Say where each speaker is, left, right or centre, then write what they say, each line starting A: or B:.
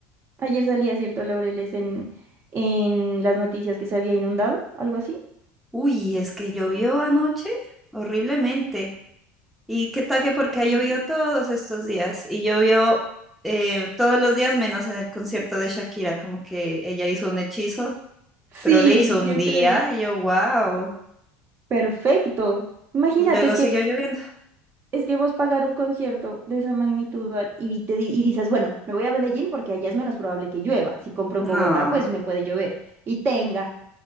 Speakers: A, on the right (about 40°); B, in the centre.
A: Ayer salía, cierto, Laureles, en, en las noticias que se había inundado, algo así.
B: Uy, es que llovió anoche horriblemente. Y qué tal que porque
A: Mm.
B: ha llovido todos estos días y llovió eh, todos los días menos en el concierto de Shakira, como que ella hizo un hechizo,
A: Sí,
B: pero le hizo un
A: yo
B: día
A: creo.
B: y yo, wow,
A: Perfecto. Imagínate,
B: y luego
A: es que
B: siguió lloviendo.
A: Es que vos pagar un concierto de esa magnitud al- y, te, di- y dices, bueno, me voy a Medellín porque allá es menos probable que llueva. Si compro
B: No,
A: en Bogotá, pues me puede llover. Y tenga,